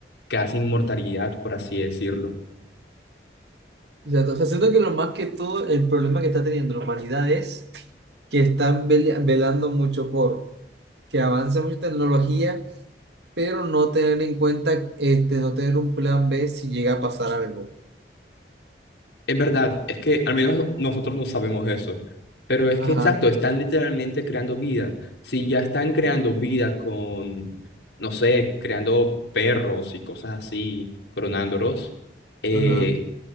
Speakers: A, on the left (about 80°); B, on the right (about 75°).
A: casi inmortalidad, por así decirlo.
B: Exacto. O sea, siento que lo más que todo, el problema que está teniendo la humanidad es que están vele- velando mucho por que avance mucha tecnología, pero no tener en cuenta, este, no tener un plan B si llega a pasar algo.
A: Es verdad, es que al menos nosotros no sabemos eso, pero es
B: Ajá,
A: que exacto, están literalmente creando vida. Si ya están creando vida con, no sé, creando perros y cosas así, clonándolos, eh,
B: ajá.